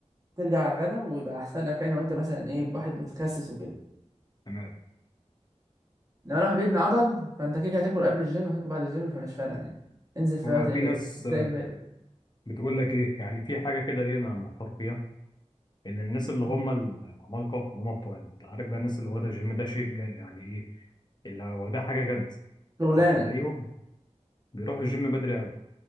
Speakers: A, on the right; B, on the left.
A: ترجع على الغدا ويبقى احسن لك يعني وانت مثلا ايه واحد بتخسس وكده
B: تمام
A: لما الواحد بيبني عضل فانت كده كده هتاكل قبل الجيم هتاكل بعد الجيم فمش فارقه يعني انزل في
B: هو
A: أي وقت
B: في
A: يعجبك
B: ناس
A: ده اجباري
B: بتقول لك ايه يعني في حاجه كده ايه انا محتار فيها ان الناس اللي هم
A: مم.
B: ال- العمالقه اللي هم بتوع ال- انت عارف بقى الناس اللي واخده الجيم ده شيء جا- يعني ايه اللي واخداه حاجه جد
A: شغلانه
B: فتلاقيهم بيروحوا الجيم بدري قوي